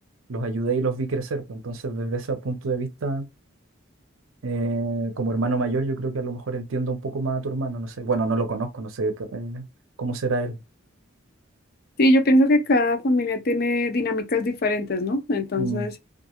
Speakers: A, on the right; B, on the left.
A: los ayudé y los vi crecer. pues Entonces, desde ese punto de vista, eh, como hermano mayor, yo creo que a lo mejor entiendo un poco más a tu hermano. No sé, bueno, no lo conozco, no sé c- eh, cómo será él.
B: Sí, yo pienso que cada familia tiene dinámicas diferentes, ¿no? Entonces,
A: Mm,